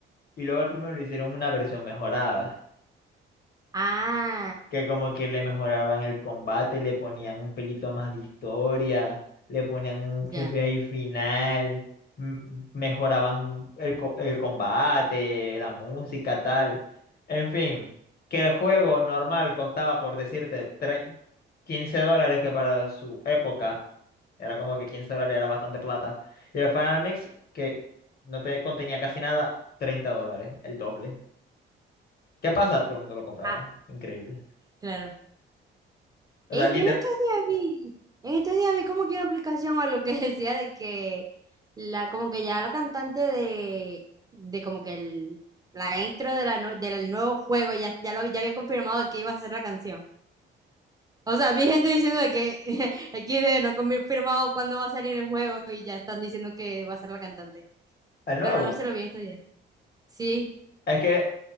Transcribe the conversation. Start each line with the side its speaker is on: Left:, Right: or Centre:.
Left: y luego el primero le hicieron una versión mejorada.
Right: Ah,
Left: que como que le mejoraban el combate, le ponían un pelito más de historia, le ponían un jefe
Right: ya.
Left: ahí final, m- mejoraban el, co- el combate, la música, tal. En fin, que el juego normal costaba, por decirte, tre- 15 dólares, que para su época era como que quince dólares era bastante plata. Y el Final Mix, que no te contenía casi nada, 30 dólares, el doble. ¿Qué pasa? Todo el mundo lo compraba.
Right: Ah,
Left: Increíble.
Right: claro.
Left: O
Right: Eh,
Left: sea, liter-
Right: yo en estos días vi, en estos días vi como que una aplicación a lo que <laughs> decía de que la, como que ya la cantante de, de como que el, la intro de la, nue- del nuevo juego ya, ya lo ya había confirmado de que iba a ser la canción. O sea, vi gente diciendo de que <laughs> XD no confirmado cuándo va a salir el juego y ya están diciendo que va a ser la cantante.
Left: El nuevo.
Right: Pero no se lo vi en estos días. Sí.
Left: Es que,